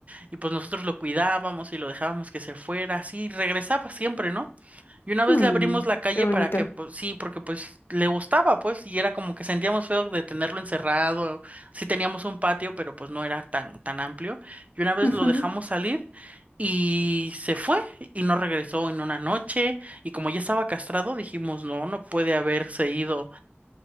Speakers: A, on the right; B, on the left.
A: Y pues nosotros lo cuidábamos y lo dejábamos que se fuera, así, y regresaba siempre, ¿no? Y una vez
B: Mm,
A: le abrimos la calle
B: qué bonito.
A: para que, pues sí, porque pues le gustaba, pues, y era como que sentíamos feo de tenerlo encerrado, sí teníamos un patio, pero pues no era tan, tan amplio. Y una vez
B: Ujú.
A: lo dejamos salir y se fue y no regresó en una noche, y como ya estaba castrado, dijimos, no, no puede haberse ido